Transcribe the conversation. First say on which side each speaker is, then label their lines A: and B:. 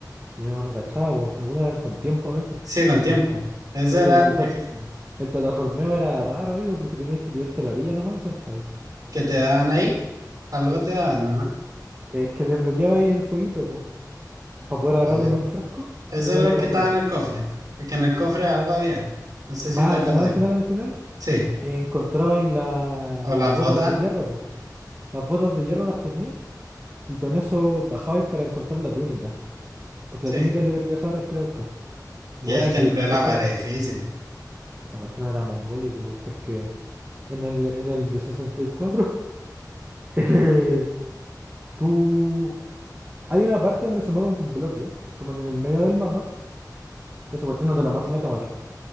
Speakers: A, on the right (about 25°); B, on the right (about 60°).
A: Yo no cachaba, pues. Algunas eran con tiempo a veces.
B: Sí, con tiempo. Eso
A: Es que
B: era
A: el,
B: difícil.
A: pla- el plataformeo era raro ahí, pues, porque teníais que tirarte a la orilla nomás y saltar.
B: ¿Qué te daban ahí? Algo te daban, ¿o
A: Es que desbloqueabais el fueguito, pues, para poder agarrarlo
B: ¿no? Ah,
A: en un frasco
B: Eso
A: y lo lleváis
B: es lo
A: para
B: que estaba
A: otro lado.
B: en el cofre. Es que en el cofre algo había. No sé si
A: Ah,
B: te
A: al
B: acordás.
A: final, al final, al final,
B: Sí.
A: encontrabais la-
B: O
A: las
B: las
A: botas
B: botas.
A: de hierro, po, Las botas de hierro las teníais y con eso bajabais para encontrar la túnica. Porque
B: Sí.
A: la túnica es lo que te dejaba respirar, po.
B: Y
A: O
B: el
A: era
B: templo
A: que encontrar...
B: del agua era difícil.
A: Esa cuestión era mongólica, po, porque en el, en el de 64, <laughs> eh, tú... Hay una parte donde se mueve un bloque, como en el medio del mapa, pero esa cuestión no te la muestra la cámara.